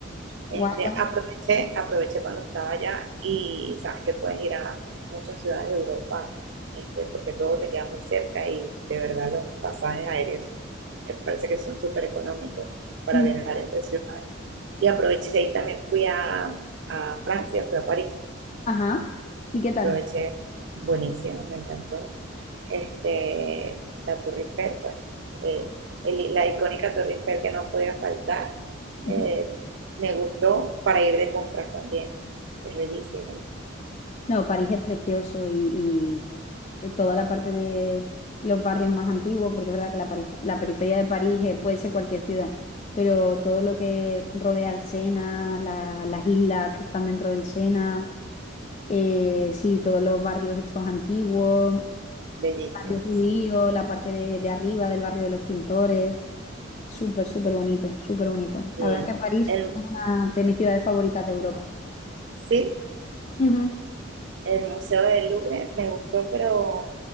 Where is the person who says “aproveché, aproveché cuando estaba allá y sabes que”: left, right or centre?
Right